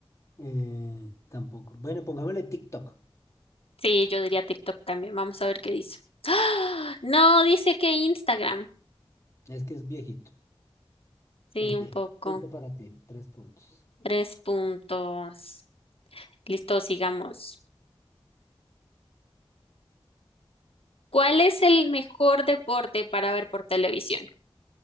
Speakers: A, on the left; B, on the left.
A: Eh, tampoco. Bueno, pongámosle TikTok.
B: Sí, yo diría TikTok también. Vamos a ver qué dice. <gasps> ¡Ah! No, dice que Instagram.
A: Es que es viejito.
B: Sí,
A: Perdí.
B: un poco.
A: Punto para ti. Tres puntos.
B: Tres puntos. Listo, sigamos. ¿Cuál es el mejor deporte para ver por televisión?